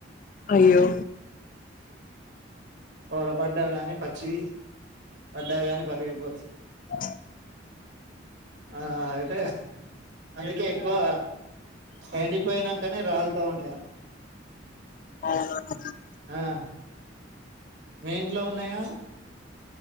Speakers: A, on the left (about 45°); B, on the right (about 70°).
A: అయ్యో
B: వాలబడ్డ గాని పచ్చియి పడ్డ గాని ఫలియిపో
A: ఆ
B: ఆ అయితే అందుకే ఎక్కువ, ఎండిపోయినంకనే రాల్త ఉంటాయ
A: <inaudible>
B: అ మీ ఇంట్లో ఉన్నయా